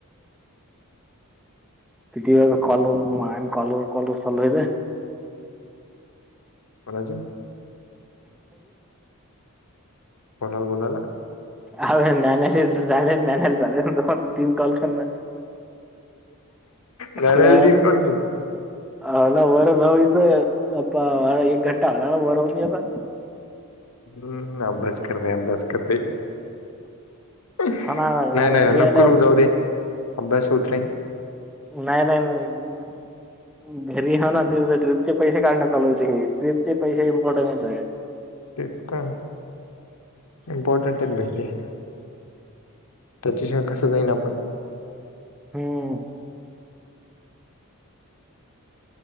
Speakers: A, in the centre; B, on the left.
A: तिथ कलर मान कॉलूर कॉलूर चालू होेत
B: होणाजी कोणाल बोलाला
A: अ नालेच झाले नानाला झाले दोन तीन कॉल करण
B: नारायण
A: असला
B: तीन कॉल केले
A: हला वरजथ एक घंटा हळाळा वरव नता
B: हम्म अबस करते अबस करते नाही
A: हो ना आता
B: नाही
A: घरी
B: नकू
A: आल्यावर
B: जाऊदी अभ्यास उतरा
A: नाही नाही नाही घरी आहे ना त ट्र्रीपच्या पैसे काढण्यात चालू होते हे ट्र्रीपचे पैसे इम्पॉर्टनट आहे
B: टि का इमपॉ्टंटन भहिती त्याच्या शिवाय कसं जाईना आपण
A: होम